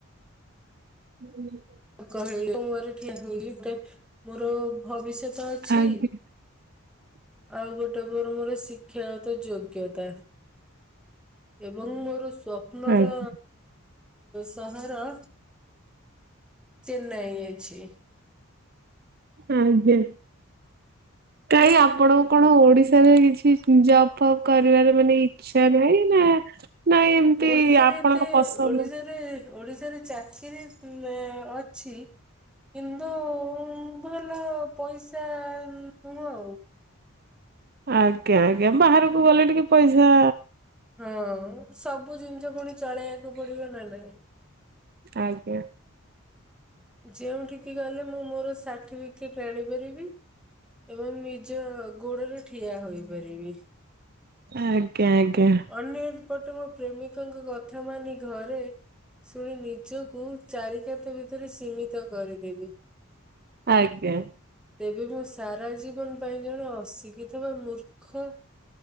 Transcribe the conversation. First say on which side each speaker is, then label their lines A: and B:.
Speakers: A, on the right (about 45°); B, in the centre.
A: ହୁଁ।
B: କହିଲି ମୁଛି ଗୋଟେ ମୋର ଭବିଷ୍ୟତ ଅଛି।
A: ଆଜ୍ଞା
B: ଆଉ ଗୋଟେ ମୋର ମୋର ଶିକ୍ଷାତ ଯୋଗ୍ୟତା। ଏବଂ ମୋର ସପ୍ନର
A: ଆଜ୍ଞା।
B: ସହର ଚେନ୍ନାଇ ଅଛି।
A: ଆଜ୍ଞା। କାଇଁ ଆପଣଙ୍କୁ କଣ ଓଡିଶାରେ କିଛି ଜବ୍ ଫବ୍ କରିବାରେ ମାନେ ଇ ଚ୍ ଇଚ୍ଛା ନାଇଁ ନା ନାଇଁ ଏମିତି
B: ଓଡିଶାରେ
A: ଆପଣଙ୍କ
B: ଏତେ
A: ପସନ୍ଦ
B: ଓଡିଶାରେ ଓଡିଶାରେ ଚାକିରି ଅଛି କିନ୍ତୁ ଉଁ ଭଲ ପଇସା ନୁହଁ।
A: ଆଜ୍ଞା ଆଜ୍ଞା ବାହାରକୁ ଗଲେ ଟିକେ ପଇସା
B: ହଁ ସବୁ ଜିନିଷ ପୁଣି ଚଳେଇବାକୁ ପଡିବ ନା ନାଇଁ?
A: ଆଜ୍ଞା
B: ଯେଉଁଠିକି ଗଲେ ମୁଁ ମୋର ସାର୍ଟିଫିକେଟ୍ ଆଣିପାରିବି। ଏବଂ ନିଜ ଗୋଡରେ ଠିଆ ହୋଇପାରିବି।
A: ଆଜ୍ଞା ଆଜ୍ଞା
B: ଅନ୍ୟପଟେ ମୋ ପ୍ରେମିକଙ୍କ କଥା ମାନି ଘରେ ଶୁଣି ନିଜକୁ ଚାରି କାନ୍ଥ ଭିତରେ ସୀମିତ କରିଦେବି।
A: ଆଜ୍ଞା
B: ତେବେ ମୁଁ ସାରା ଜୀବନ ପାଇଁ ଜଣେ ଅଶିଖିତ ବା ମୂର୍ଖ